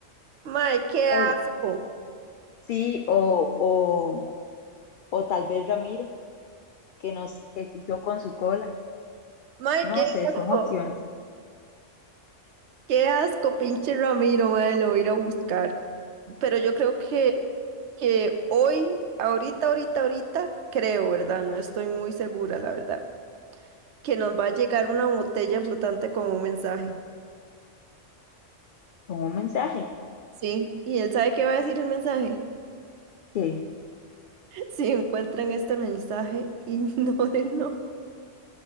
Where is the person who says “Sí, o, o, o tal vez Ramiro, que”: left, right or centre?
Left